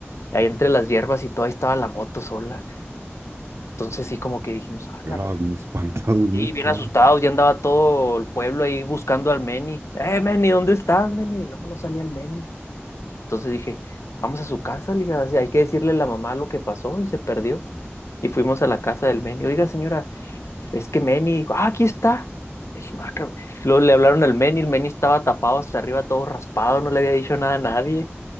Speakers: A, on the left; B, on the right.
A: Ahí entre las hierbas y todo, ahí estaba la moto sola. Entonces sí como que dijimos, ah, la
B: la,
A: fre-".
B: bien espantados,
A: Y
B: ¿no?
A: bien
B: ¿Qué
A: asustados,
B: onda?
A: ya andaba todo el pueblo ahí buscando al Meni. Eh, Meni, ¿dónde estás, Meni? No, no salía el Meni. Entonces dije, vamos a su casa, le dije, "así hay que decirle a la mamá lo que pasó y se perdió. Y fuimos a la casa del Meni. Oiga, señora, es que Meni dijo, ah, aquí está. Le dije, "Ah, cabrón". Luego le hablaron al Meni, el Meni estaba tapado hasta arriba, todo raspado, no le había dicho nada a nadie.